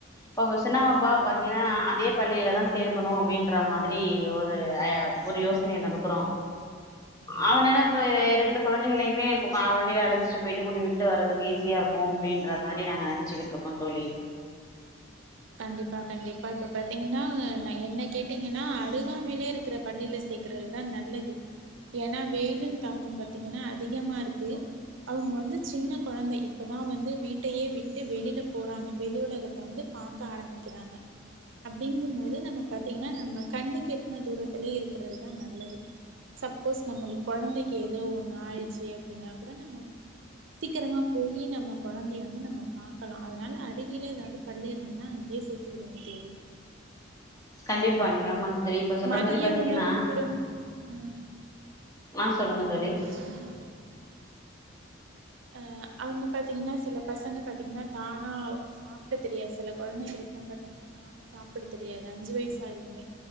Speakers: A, on the left; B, on the right.
A: இப்போ சின்ன பாப்பாவ
B: கண்டிப்பா
A: பாத்தீங்கன்னா
B: கண்டிப்பா
A: அதே பள்ளியில தா சேர்க்கணு அப்டின்ற மாதிரி ஒரு ஐ ஒரு யோசனைல இருக்குறோ அதனால இப்ப ரெ ரெண்டு கொழந்தைகளையுமே இப்ப க வண்டியில அழைச்சிட்டுப் போயிட்டு கொண்டு விட்டு வர்றதுக்கு ஈஸியாருக்கு கு அப்டின்ற மாரி நாங்க நனைச்சுக்கிட்டுருக்கோ தோழி
B: கண்டிப்பா கண்டிப்பா இப்ப பாத்தீங்கன்னா நா என்ன கேட் டீங்கன்னா அருகாமையிலே இருக்குற பள்ளில சேக்கறதுதா நல்லது ஏன்னா வெயிலின் தாக்கம் பாத்தீங்கன்னா அதிகமாருக்கு அவங்க வந்து சின்ன கொழந்தை இப்போ தா வந்து வீட்டையே விட்டு வெளில போறாங்க வெளி உலகத்த வந்து பாக்க ஆரம்பிக்கிறாங்க அப்டிங்கும் போது நம்ம பாத்தீங்கன்னா நம்ம கண்ணுக்கு எட்டுன தூரத்துலயே இருக்கிறதுதா நல்லது சப்போஸ் நம்மளுக்கு கொழந்தைக்கு ஏதோ ஒண்ணு ஆயிடுச்சு அப்டின்னா கூட நம்ம சீக்கிரமா போயி நம்ம கொழந்தைய வந்து நம்ம பாக்கலா அதனால அருகிலே எதாது பள்ளி இருந் தா அங்கயே சேத்து விடுங்க தோழி
A: கண்டிப்பா நீங்க ஆமா தோழி இப்ப சொல்ற
B: மதிய
A: மாதிரி பாத்தீங்கன்னா
B: உணவும் குடும் ம்
A: ஆ சொல்லுங்க தோழி
B: சொல்லுங்க தோழி ஆ அவங்க பாத்தீங்கன்னா சில பசங்க பாத்தீங்கன்னா தானா சாப்ட தெரியாது சில கொழந்தைகளுக்கெல்லா பாத்தீங்கன்னா தானா சாப்ட தெரியாது அஞ்சு வயசு ஆகியுமே